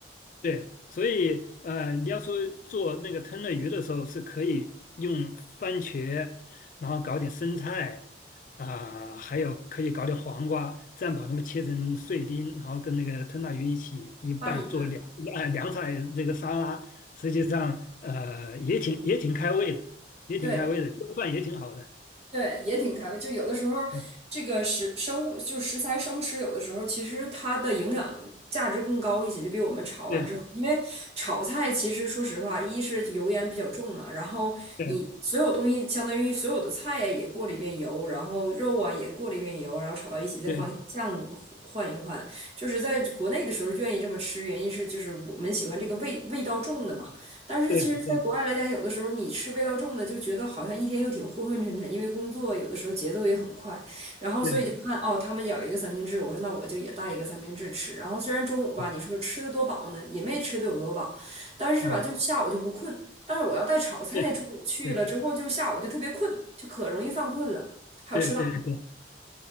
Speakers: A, on the left; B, on the right.
A: 对，所以呃，你要说做那个吞饪鱼的时候，是可以用番茄，然后搞点生菜啊、还有可以搞点黄瓜，这样把它们切成碎丁，然后跟那个吞拿鱼一起一拌做凉啊、
B: 拌一拌。
A: 凉菜这个沙拉，实际上呃也挺也挺开胃的，也挺开胃的，
B: 对
A: 这个饭也挺好的。
B: 对，也挺开胃。就有的时候，
A: 嗯，
B: 这个食生物就是食材生吃，有的时候其实它的营养价值更高一些，就比我们炒完之后，
A: 对
B: 因为炒菜其实说实话，一是油烟比较重嘛，然后你所有东西相当于所有的菜呀也过了一遍油，
A: 对
B: 然后肉啊也过了一遍油，然后炒到一起再放酱换一换。
A: 对
B: 就是在国内的时候愿意这么吃，原因是就是我们喜欢这个味味道重的嘛。但是其实，
A: 对对
B: 在国外来讲，有的时候你吃味道重的，就觉得好像一天又挺昏昏沉沉，因为工作有的时候节奏也很快，然后所以就看哦，
A: 对，
B: 他们咬一个三明治，我说那我就也带一个三明治吃。然后虽然中午吧，
A: 啊
B: 你说吃的多饱呢，也没吃的有多饱，但是吧，
A: 啊
B: 就下午就不困。但是我要带炒菜，
A: 对对
B: 中午去了之后，就下午就特别困，就可容易犯困了。还有吃到，
A: 对对对。